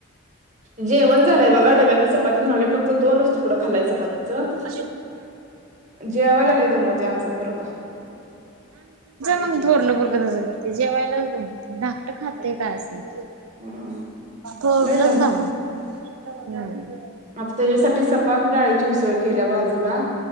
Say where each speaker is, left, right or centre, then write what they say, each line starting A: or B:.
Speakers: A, on the right; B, on the right.
A: जेवण झाल्या डब्यातण चपाती घेऊन आलोय फक्त दोनच
B: <unintelligible>
A: तुकडं खाल्लाय चपातीचं. जेवायला लय दमवतोय आमचा पोरगा.
B: मग थोरल पोरगं तसं करतय ते जेवायलाच दमवतोय धाक <unintelligible> खातय काय असेल ते
A: हम्म
B: थोरलच
A: लय
B: दमवतय हम् <unintelligible>
A: आज त्याच्यासाठी सपाक डाळीची उसळ केल्या बाजूला